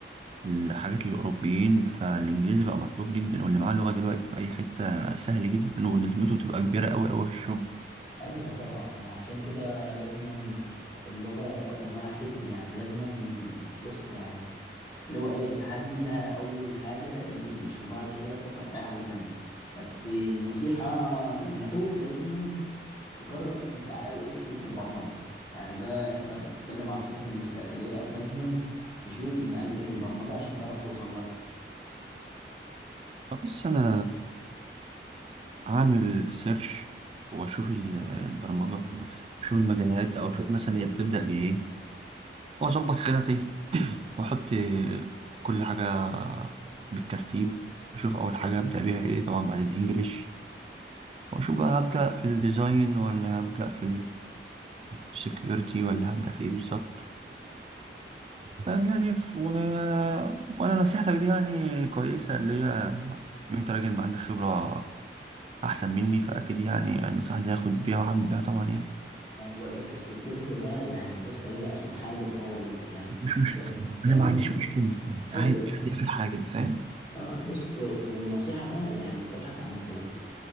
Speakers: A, on the right; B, on the left.
A: الحاجات للأوروبيين فالإنجليزي بقى مطلوب جدا واللي معاه لغة دلوقتي في أي حتة سهل جدا ونسبته تبقى كبيرة أوي أوي في الشغل.
B: ايوه طبعا ما عشان كده لازم اللغة رقم واحد يعني لازم بص يعني اللي هو ايه تحددها اول حاجة الانجليش وبعد كده تفكر في اي حاجة تانية بس النصيحة من اخوك لازم تقرر انت عايز ايه في البرمجه يعني ده انت بتتكلم على الخطط المستقبليه فلازم تشوف انت عايز ايه في البرمجه عشان تعرف توصل لها
A: طب بص أنا اعمل سيرش واشوف ال- البرمجه اشوف المجالات او اشوف مثلا هي بتبدا بايه واظبط خططي <clears throat> واحط كل حاجه بالترتيب اشوف اول حاجه ابدا بيها ايه طبعا بعد الانجليش واشوف بقى هبدا في الديزاين ولا هبدا في السكيورتي ولا هبدا في ايه بالظبط فاهم يعني ف... و... وانا نصيحتك دي يعني كويسه اللي هي إن انت راجل ما عندك خبره احسن مني فاكيد يعني النصيحه دي هاخد بيها واعمل بيها طبعا يعني
B: انا بقول لك السكيورتي ده يعني بص هيبقى اخر حاجه خالص يعني
A: مش مشكله
B: لان
A: انا ما عنديش
B: انت
A: مشكله عادي
B: ايوه
A: دي اخر حاجه فاهم
B: اه بص ونصيحه بقى يعني ابحث عن الفلاتر